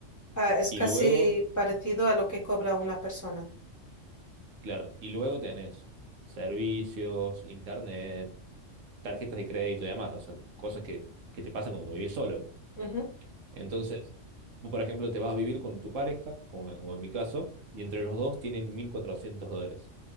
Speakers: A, on the left (about 15°); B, on the right (about 85°).
A: Ah, es
B: Y
A: casi
B: luego,
A: parecido a lo que cobra una persona.
B: claro, y luego tenés servicios, internet, tarjetas de crédito y demás, o sea, cosas que, que te pasan cuando vivís solo.
A: Ujú,
B: Entonces, vos, por ejemplo, te vas a vivir con tu pareja, como, como en mi caso, y entre los dos tienen 1.400 dólares.